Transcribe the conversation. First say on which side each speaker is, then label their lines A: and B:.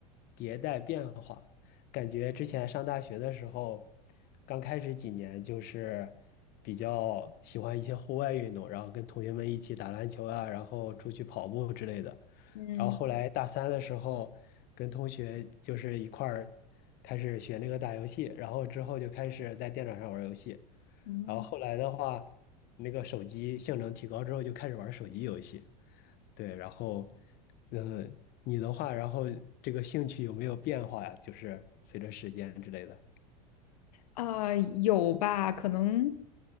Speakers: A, on the left (about 50°); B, on the left (about 70°).
A: 迭代变化。感觉之前上大学的时候，刚开始几年就是比较喜欢一些户外运动，然后跟同学们一起打篮球啊，然后出去跑步之类的。
B: 嗯
A: 然后后来大三的时候，跟同学就是一块儿开始学那个打游戏，然后之后就开始在电脑上玩游戏。
B: 嗯，
A: 然后后来的话，那个手机性能提高之后，就开始玩手机游戏。对，然后，呃，你的话，然后这个兴趣有没有变化呀？就是随着时间之类的。
B: 啊，有吧？可能